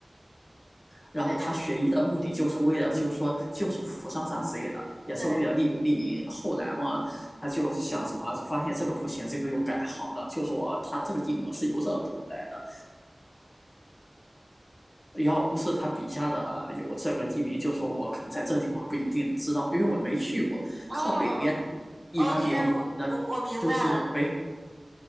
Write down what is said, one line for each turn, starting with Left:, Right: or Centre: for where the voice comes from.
Left: 然后他学医的目的就是为了，
Right: 对呀，
Left: 就是说救赎扶桑啥之类的，也是为了利国利民。
Right: 对，
Left: 后来嘛，他就想什么，发现这个不行，这个又改行了，就是我，他这个地名是由这得来的，要不是他笔下的有这个地名，就说我可能在这地方不一定知道，因为我没去过。
Right: 哦，OK，
Left: 靠北边一般比较有名的就是北海
Right: 我我我明白了。